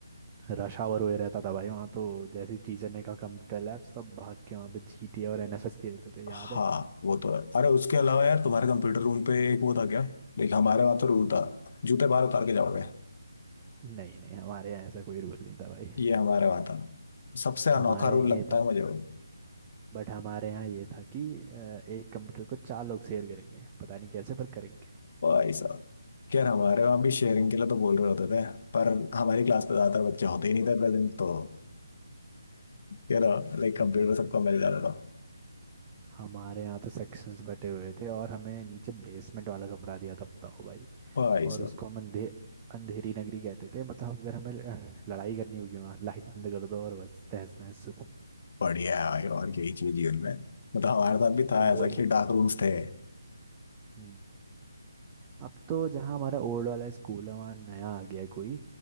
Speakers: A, on the right (about 20°); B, on the left (about 50°).
A: रश आवर हुए रहता था भाई वहाँ तो जैसे ही टीचर ने कहा कंप्यूटर लैब सब भाग के वहाँ पे जीटीए और एनएफएस खेलते थे याद
B: हाँ
A: है
B: वो तो है अरे उसके अलावा यार तुम्हारे कंप्यूटर रूम पे एक वो था क्या देख हमारे वहां तो रूल था जूते बाहर उतार के जाओगे
A: नहीं नहीं हमारे यहाँ ऐसा कोई रूल नहीं था भाई
B: ये हमारे वहां था सबसे
A: हमारे
B: अनोखा रूल
A: यहाँ
B: लगता
A: ये था
B: है मुझे वो
A: बट हमारे यहाँ ये था कि अ, एक कंप्यूटर को चार लोग शेयर करेंगे पता नहीं कैसे पर करेंगे
B: भाई साहब यार हमारे वहां भी शेयरिंग के लिए तो बोल रहे होते थे पर हमारी क्लास पे ज्यादातर बच्चे होते ही नहीं थे प्रेजेंट तो यार लाइक कंप्यूटर
A: नहीं भाई
B: सबको मिल जाता था
A: हमारे यहाँ तो सेक्शंस बटे हुए थे और हमें नीचे बेसमेंट वाला कमरा दिया था बताओ भाई
B: भाई
A: और
B: साहब
A: उसको हम अंधे अंधेरी नगरी कहते थे मतलब अगर हमें अ, लड़ाई करनी होगी वहाँ लाइट बंद कर दो और बस तहस महस शुरू
B: बढ़िया है भाई और यही चीज जीवन में मतलब हमारे साथ भी
A: मतलब
B: था ऐसा
A: वही
B: कि डार्क रूम्स थे
A: हम्म। अब तो जहाँ हमारा ओल्ड वाला स्कूल है वहाँ नया आ गया है कोई